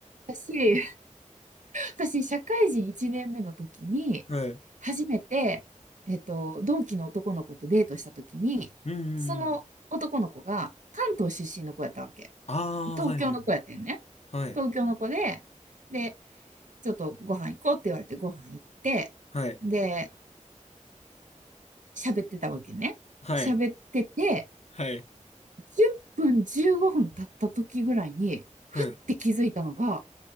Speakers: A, on the right; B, on the left.
A: 私、私、社会人1年目の時に、
B: はい。
A: 初めて、えっと、同期の男の子とデートした時に、
B: うんうんうん。
A: その男の子が関東出身の子やったわけ。
B: ああ、
A: 東京の子やってんね。
B: はいはい。はい。
A: 東京の子で、で、ちょっとご飯行こうって言われてご飯行って、
B: はい。
A: で、喋ってたわけね。
B: はい。
A: 喋ってて、
B: はい。
A: 10分15分経った時ぐらいに、ふって気づいたのが、
B: はい。